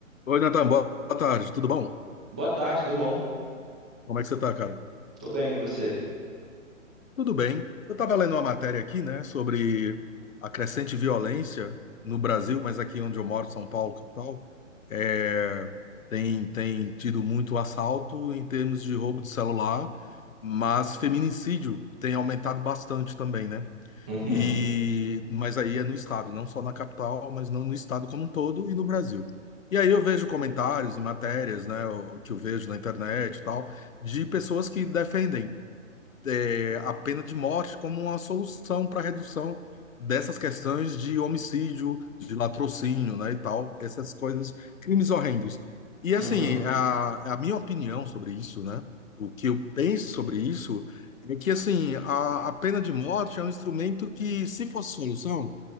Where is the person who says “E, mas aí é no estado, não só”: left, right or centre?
Left